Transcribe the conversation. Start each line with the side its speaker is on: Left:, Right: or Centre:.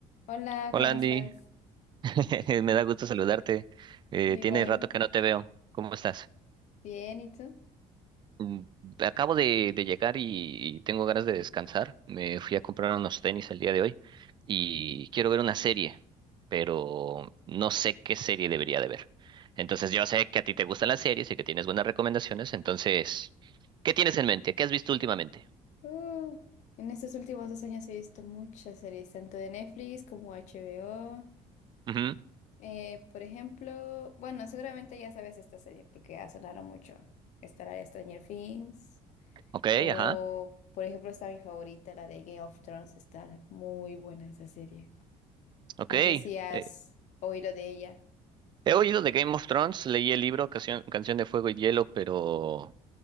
Left: Hola,
Right: Hola
Left: ¿cómo
Right: Andy,
Left: estás?
Right: <laughs> me da gusto saludarte. Eh,
Left: Igual,
Right: tiene rato que no te veo. ¿Cómo estás?
Left: bien, ¿y tú?
Right: Mm, Acabo de, de llegar y, y tengo ganas de descansar. Me fui a comprar unos tenis el día de hoy y quiero ver una serie, pero no sé qué serie debería de ver. Entonces yo sé que a ti te gustan las series y que tienes buenas recomendaciones. Entonces, ¿qué tienes en mente? ¿Qué has visto últimamente?
Left: Uh, en estos últimos dos años he visto muchas series, tanto de Netflix como HBO.
Right: Ujú,
Left: Eh, por ejemplo, bueno, seguramente ya sabes esta serie porque ha sonado mucho. Está la de Stranger Things
Right: Ok,
Left: o,
Right: ajá.
Left: por ejemplo, está mi favorita, la de Game of Thrones. Está muy buena esa serie.
Right: Ok.
Left: No
Right: Eh,
Left: sé si has oído de ella.
Right: He oído de Game of Thrones, leí el libro Canción, Canción de Fuego y Hielo, pero